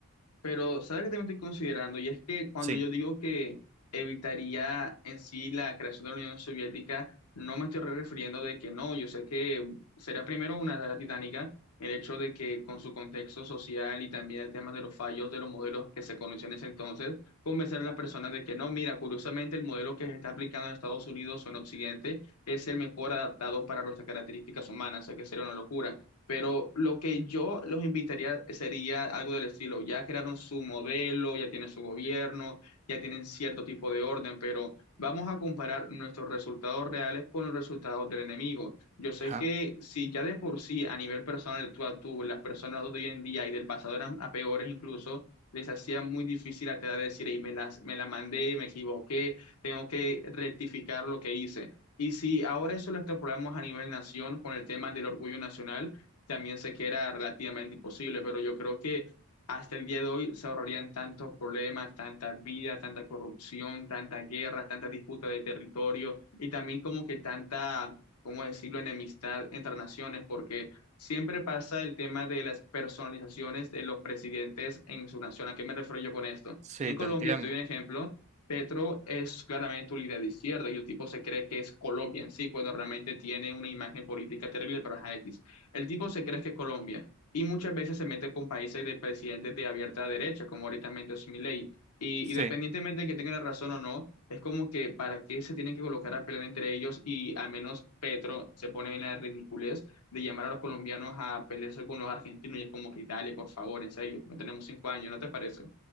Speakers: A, on the left; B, on the right.
A: Pero, ¿sabes qué también estoy considerando? Y es que cuando
B: Sí.
A: yo digo que evitaría en sí la creación de la Unión Soviética, no me estoy refiriendo de que no, yo sé que será primero una tarea titánica el hecho de que con su contexto social y también el tema de los fallos de los modelos que se conocían en ese entonces, convencer a las personas de que no, mira, curiosamente el modelo que se está aplicando en Estados Unidos o en Occidente es el mejor adaptado para nuestras características humanas, o sea que sería una locura. Pero lo que yo los invitaría sería algo del estilo, ya crearon su modelo, ya tienen su gobierno, ya tienen cierto tipo de orden, pero vamos a comparar nuestros resultados reales con los resultados del enemigo. Yo sé
B: Ajá.
A: que si ya de por sí a nivel personal tú a tú, las personas de hoy en día y del pasado eran a peores incluso, les hacía muy difícil a tela de decir, "Ey, me las, me la mandé, me equivoqué, tengo que rectificar lo que hice. Y si ahora eso lo extrapolamos a nivel nación con el tema del orgullo nacional, también sé que era relativamente imposible, pero yo creo que hasta el día de hoy se ahorrarían tantos problemas, tanta vida, tanta corrupción, tanta guerra, tanta disputa de territorio y también como que tanta, ¿cómo decirlo?, enemistad entre naciones, porque siempre pasa el tema de las personalizaciones de los presidentes en su nación. ¿A qué me refiero yo con esto?
B: Sí,
A: En Colombia,
B: te entiendo.
A: te doy un ejemplo. Petro es claramente un líder de izquierda y el tipo se cree que es Colombia en sí, cuando realmente tiene una imagen política terrible, pero es X. El tipo se cree que es Colombia y muchas veces se mete con países de presidentes de abierta derecha, como ahorita es Milei. Y,
B: Sí.
A: y independientemente de que tenga la razón o no, es como que para qué se tienen que colocar a pelear entre ellos y al menos Petro se pone en la ridiculez de llamar a los colombianos a pelearse con los argentinos y es como que dale, por favor, en serio, no tenemos cinco años, ¿no te parece?